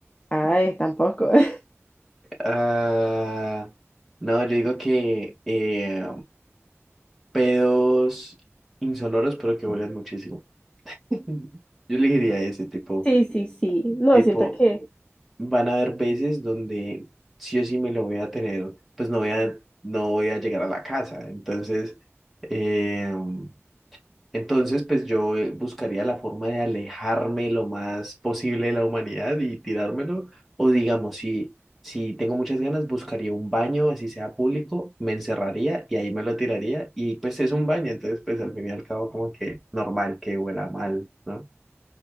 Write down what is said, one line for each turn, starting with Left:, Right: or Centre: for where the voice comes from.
Left: Ay, tampoco. <laughs>
Centre: Ah, no, yo digo que, eh, pedos insonoros, pero que huelen muchísimo. <laughs> Yo elegiría ese tipo,
Left: Sí, sí, sí, no,
Centre: tipo,
Left: siento que...
Centre: van a haber veces donde sí o sí me lo voy a tener, pues no voy a, no voy a llegar a la casa. Entonces, em, entonces, pues yo eh, buscaría la forma de alejarme lo más posible de la humanidad y tirármelo. O digamos, si, si tengo muchas ganas, buscaría un baño, así sea público, me encerraría y ahí me lo tiraría. Y pues es un baño, entonces pues al fin y al cabo como que normal que huela mal, ¿no?